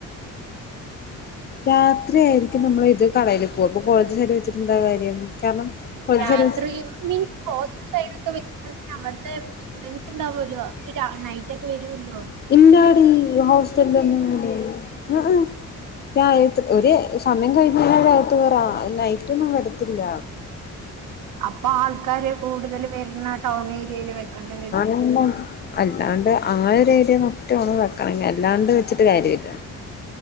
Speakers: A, on the left; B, on the right.
A: രാത്രി ആായിരിക്കും നമ്മൾ ഇത് കളല്‌പ്പൊ അപ്പൊ കോളേജ് സൈഡില് വെച്ചിട്ട് എന്താ കാര്യം കാരണം കോളേജ്
B: യാത്രയും
A: സൈഡ് വെച്ച്
B: മീൻസ് ഹോസ്റ്റൽസൈഡൊക്കെ വെക്കാണെ പിന്നെ അവിടുത്തെ സ്റ്റുഡന്റ്സ് ഉണ്ടാവുമല്ലോ അവര് രാ നൈറ്റ് ഒക്കെ വരൂല്ലോ.
A: ഇല്ലാടി ഹോസ്റ്റൽന്നും ഉം, ഉം രായത്ത് ഒര്സമയം കഴിഞ് കഴിഞ്ഞാൽ അവരാകത്ത് കേറും നൈറ്റൊന്നും വരത്തില്ല.
B: അപ്പൊ ആൾക്കാര് കൂടുതല് വര്ണ ടൗണേരിയയില് വെക്കേണ്ടിവെരും
A: അല്ലഹ് അല്ലാണ്ട് ആ ഒരേരിയ നോക്കിട്ട് വണം വെക്കണെങ്കി അല്ലാണ്ട് വെച്ചിട്ട് കാര്യല്ല